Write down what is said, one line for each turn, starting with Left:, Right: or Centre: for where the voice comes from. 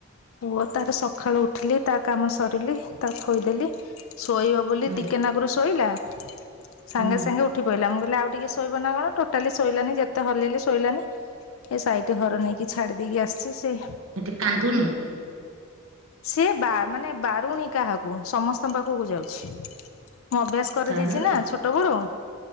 Left: ପୁଅ ତାର ସଖାଳୁ ଉଠିଲି ତା କାମ ସରିଲି ତାକୁ ଖୋଇଦେଲି। ଶୋଇବ ବୋଲି
Right: ହୁଁ
Left: ଟିକେନାଗରୁ ଶୋଇଲା ସାଙ୍ଗେ
Right: ହୁଁ
Left: ସାଙ୍ଗେ ଉ ଠି ପଇଲା ମୁଁ କହିଲି ଆଉ ଟିକେ ଶୋଇବ ନା କଣ ଟୋଟାଲି ଶୋଇଲାନି ଯେତେ ହଲେଇଲି ଶୋଇଲାନି। ଏ ସାଇଟି ଘର ନେଇକି ଛାଡି ଦେଇକି ଆସିଛି। ସେ
Right: ସେଠି କାନ୍ଧୁନି?
Left: ସିଏ ବା- ମାନେ ବାରୁଣୀ କାହାକୁ ସମସ୍ତଙ୍କ ପାଖକୁ ଯାଉଛି। ମୁଁ ଅଭ୍ୟାସ କରିଦେଇଛି
Right: ତାହେଲେ
Left: ନା
Right: ଠିକ
Left: ଛୋଟ ବେଳୁ।